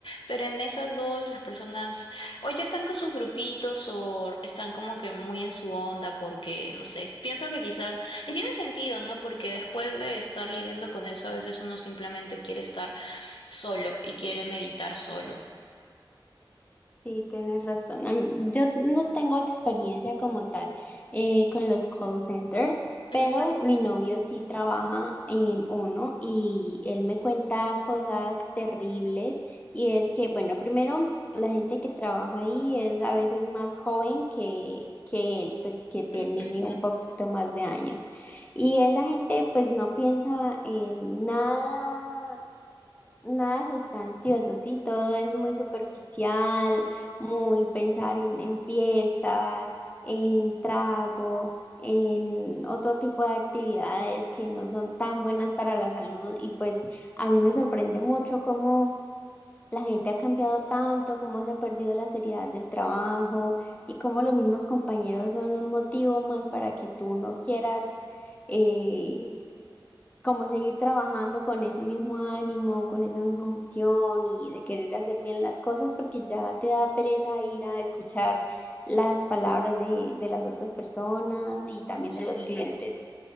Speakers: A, on the left; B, on the left.
A: pero en esas dos las personas o ya están con sus grupitos o están como que muy en su onda porque, no sé, pienso que quizás y tiene sentido, ¿no? Porque después de estar lidiando con eso, a veces uno simplemente quiere estar solo y quiere meditar solo.
B: Sí, tienes razón. Am- Yo no tengo experiencia como tal eh, con los call centers, pero
A: Ujú,
B: mi novio sí trabaja en uno y él me cuenta cosas terribles y es que, bueno, primero la gente que trabaja ahí es a veces más joven que, que él, pues que tiene
A: ujú,
B: un poquito más de años. Y esa gente pues no piensa en nada Nada sustancioso, sí, todo es muy superficial, muy pensar en, en fiestas, en trago, en otro tipo de actividades que no son tan buenas para la salud y pues a mí me sorprende mucho cómo la gente ha cambiado tanto, cómo se ha perdido la seriedad del trabajo y cómo los mismos compañeros son un motivo más para que tú no quieras. eh, como seguir trabajando con ese mismo ánimo, con esa misma emoción y de querer hacer bien las cosas, porque ya te da pereza ir a escuchar las palabras de, de las otras personas y también
A: ujú.
B: de los clientes.